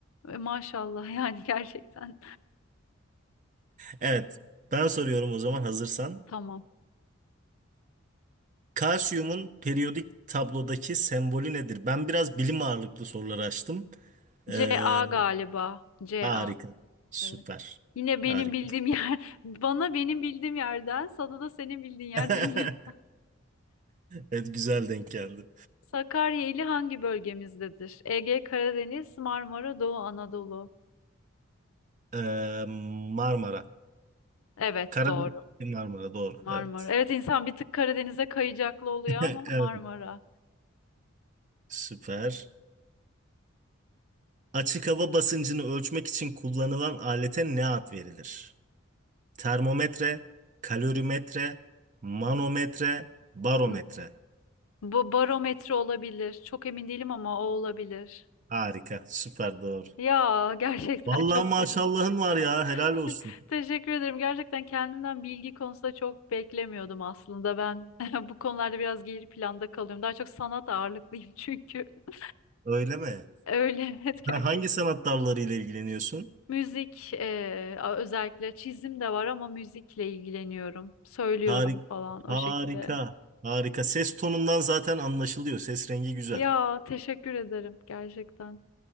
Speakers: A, on the left; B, on the right.
A: E, Maşallah yani gerçekten.
B: Evet. Ben soruyorum o zaman hazırsan.
A: <laughs> Tamam.
B: Kalsiyumun periyodik tablodaki sembolü nedir? Ben biraz bilim ağırlıklı sorular açtım. Ee,
A: C A galiba. C
B: harika.
A: A.
B: Süper.
A: Evet. Yine benim
B: Harika.
A: bildiğim yer, <laughs> bana benim bildiğim yerden, sana da senin bildiğin yerden
B: <laughs>
A: gelin.
B: Evet güzel denk geldi.
A: Sakarya ili hangi bölgemizdedir? Ege, Karadeniz, Marmara, Doğu Anadolu.
B: Ee, Marmara.
A: Evet,
B: Karadeniz
A: doğru.
B: Marmara doğru.
A: Marmara.
B: Evet.
A: Evet, insan bir tık Karadeniz'e kayacaklı oluyor
B: <laughs>
A: ama Marmara.
B: Evet. Süper. Açık hava basıncını ölçmek için kullanılan alete ne ad verilir? Termometre, kalorimetre, manometre, barometre.
A: N- Bu barometre olabilir. Çok emin değilim ama o olabilir.
B: Harika, süper doğru.
A: Ya gerçekten
B: Vallahi
A: çok
B: maşallahın
A: sevindim.
B: var ya, helal
A: <laughs>
B: olsun.
A: Teşekkür ederim. Gerçekten kendimden bilgi konusunda çok beklemiyordum aslında. Ben <laughs> bu konularda biraz geri planda kalıyorum. Daha çok sanat ağırlıklıyım çünkü. <laughs>
B: Öyle mi?
A: Öyle evet gerçekten
B: Sen hangi sanat dallarıyla ilgileniyorsun?
A: Müzik eee, a- özellikle çizim de var ama müzikle ilgileniyorum. Söylüyorum
B: Harika,
A: falan o
B: harika,
A: şekilde.
B: harika. Ses tonundan zaten anlaşılıyor. Ses rengi güzel.
A: Ya teşekkür ederim gerçekten.